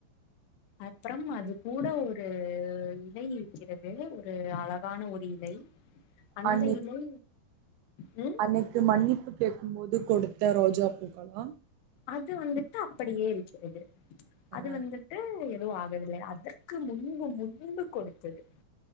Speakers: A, on the left (about 80°); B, on the right (about 80°).
A: அப்புறம் அது கூட ஒரு இலை இருக்கிறது ஒரு அழகான ஒரு இலை அந்த
B: அன்னைக்கு
A: இலை ம்
B: அன்னைக்கு மன்னிப்பு கேக்கு போது கொடுத்த ரோஜா பூக்கல்லா
A: அது வந்துட்டு அப்படியே இருக்கிறது அது
B: ஆ
A: வந்துட்டு எதும் ஆகவில்லை அதற்கு முன்பு முன்பு கொடுத்தது